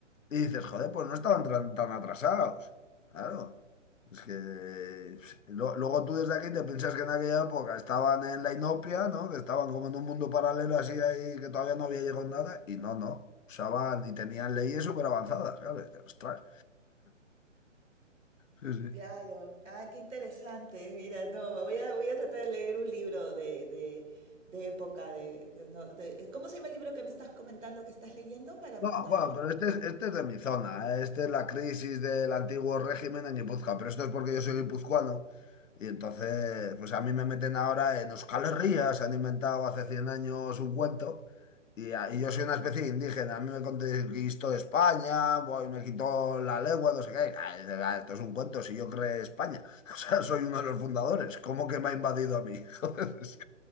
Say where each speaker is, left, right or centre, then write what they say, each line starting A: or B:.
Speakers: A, on the left (about 80°); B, on the right (about 80°).
A: y dices, joder, pues no estaban tan, tan atrasados. Claro. Es que pues, lo- luego tú desde aquí te piensas que en aquella época estaban en la inopia, ¿no? Que estaban como en un mundo paralelo así ahí, que todavía no había llegado nada. Y no, no. Usaban y tenían leyes súper avanzadas, claro. Y dices, ostras. <laughs>
B: Claro, ah, qué interesante. Mira, no, voy a, voy a tratar de leer un libro de, de, de época. De, de- no, de- ¿cómo se llama el libro que me estás comentando que estás leyendo para
A: No,
B: apuntarlo?
A: bueno, pero este es, este es de mi zona, ¿eh? Este es la crisis del antiguo régimen en Guipúzcoa, pero esto es porque yo soy guipuzcoano y entonces, pues a mí me meten ahora en Euskal Herria, se han inventado hace 100 años un cuento y, a- y yo soy una especie de indígena, a mí me conquistó España, voy, me quitó la lengua, no sé qué, Ah, esto es un cuento, si yo creé España, <laughs> o sea, soy uno de los fundadores, ¿cómo que me ha invadido a mí? <laughs> Joder, es-